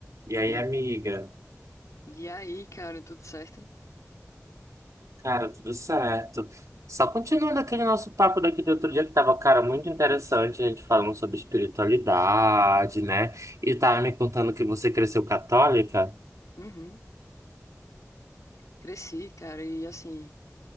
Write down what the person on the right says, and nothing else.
E aí,
amiga?
Cara, tudo certo. Só continuando aquele nosso papo daquele outro dia que tava, cara, muito interessante, a gente falando sobre espiritualidade, né? E tava me contando que você cresceu católica?